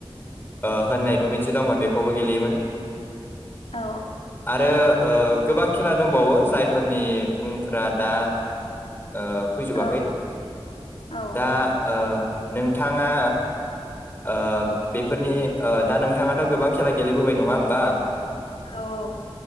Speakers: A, on the left; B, on the left.
A: ओ होननायबो मोनसे दंमोन बेखौबो गेलेयोमोन
B: औ
A: आरो ओ गोबां खेला दंबावो जायफोरनि मुंफोरा दा ओ फैजोबाखै
B: औ औ
A: दा ओ नोंथाङा ओ बे फोरनि ओ दा नोंथाङाथ' गोबां खेला गेलेबोबाय नङा होमबा?
B: औ औ